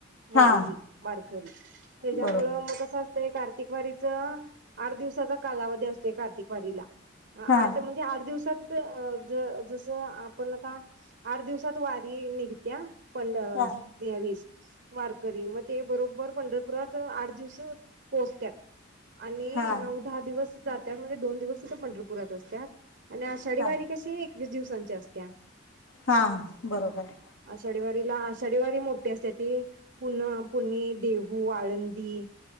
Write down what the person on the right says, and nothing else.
वारीही वारकरी त्याच्यामुळ
मग कसं ते कार्तिकवारीच आठ दिवसाचा कालावधी असतोय कार्तिकवारीला.
आठ म्हणजे आठ दिवसात ज जस आपण आता आठ दिवसात वारी निघ त्या पण त्या
वेळीस वारकरी मग ते बरोबर पंढरपुरात आठ दिवस पोहोचत्यात आणि
नऊ दहा दिवस जातीया म्हणजे दोन दिवस तिथं पंढरपुरात असत्यात आणि आषाढी
वाारी कशी एक वीस दिवसांची असतिया.
आषाढीवारीला आषाढीवारी मोठी असते ती पून पुणे, देहू, आळंदी